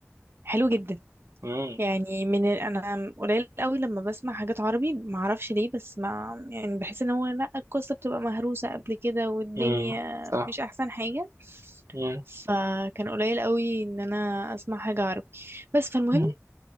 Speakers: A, on the right; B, on the right.
A: حلو جدا
B: مم.
A: يعني من ال... انا قليل قوي لما بسمع حاجات عربي ما اعرفش ليه بس ما يعني بحس ان هو لا القصة بتبقى مهروسة قبل كده والدنيا
B: مم. صح
A: مش احسن حاجة
B: مم.
A: فكان قليل قوي ان انا اسمع حاجة عربي بس فالمهم
B: مم.